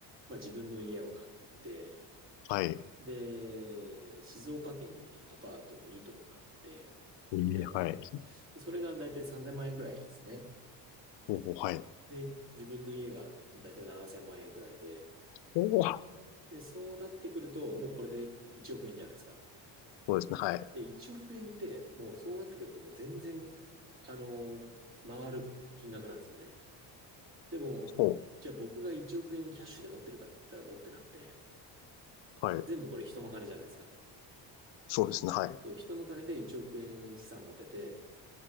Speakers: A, on the right; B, on the left.
A: まあ、自分の家を買って、
B: はい。
A: で、静岡県にアパートを2棟買って、
B: ええ、
A: みたいな。
B: はい。
A: でそれがだいたい3000万円くらいですね。
B: ほうほう、はい。
A: で、自分の家がだいたい7000万円くらいで、
B: ほう。
A: で、そうなってくると、もうこれで1億円じゃないですか。
B: そうですね、はい。
A: で、1億円って、もうそうなってくると、もう全然、あの、回る金額なんですよね。でも、
B: ほ
A: じゃあ僕が1億円キャッシュで持ってるかって言ったら持ってなくて、
B: う。はい。
A: 全部これ人の金じゃないですか。
B: そうですね、はい。う
A: そう人の金で1億円資産持てて、